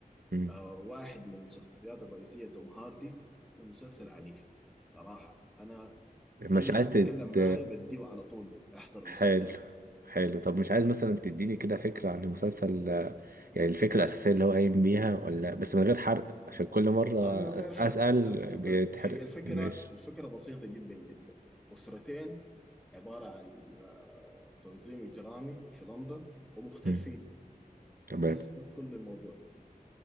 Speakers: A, on the right; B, in the centre.
A: مم.
B: آه واحد من الشخصيات الرئيسية توم هاردي ومسلسل عنيف صراحة انا
A: مش
B: اي
A: عايز
B: حد
A: تت
B: يتكلم معاي بديه على طول احضر المسلسل
A: حلو
B: ده
A: حلو طب مش عايز مثلا تديني كده فكرة عن المسلسل آه، يعني الفكرة الأساسية اللي هو قايم بيها ولا بس من غير حرق عشان كل مرة
B: آه من غير حرق
A: أسأل
B: الفكرة
A: بيتحرق
B: هي الفكرة
A: ماشي
B: الفكرة بسيطة جدا جدا أسرتين عبارة عن آه، تنظيم إجرامي في لندن ومختلفين
A: مم. تمام
B: بس ده كل الموضوع